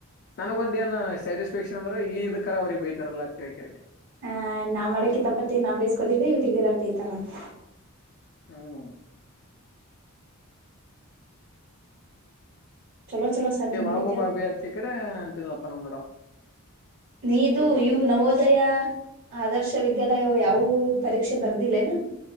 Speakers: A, on the left; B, on the right.
A: ನನಗ ಒಂದ ಏನ್ ಸ್ಯಾಟಿಸ್ಫ್ಯಾಕ್ಷನ್ ಅಂದ್ರೆ ಈ ಇದ್ ಕರ ಅವ್ರಗ್ ಬೈತಾರಲ್ಲ ಕೇಳ್ಕ
B: ಹ ನಾ ಮಾಡಕ್ತಪತಿ ನಾ ಬೈಸ್ಕೋತಿದ್ದ ಇವ್ರಗ್ ಇರಪ್ಪೈತಾರಂತ
A: ಹ್ಮ್
B: ಚಲೋ ಚಲೋ ಸಾಧನೆ
A: ಏ ಒಳಗೋಪಾಪ
B: ಮಾಡಿದ್ದೆ
A: ಯ ಚಕ್ಕ್ರ ತಿಲಪ್ಪನ ಒಂದುಡ
B: ನೀದುೂ ಇವು ನವೋದಯ ಆದರ್ಶ ವಿದ್ಯಾಲಯ ಯಾವ ಪರೀಕ್ಷೆ ಬರ್ದಿಲ್ಲೇನಾ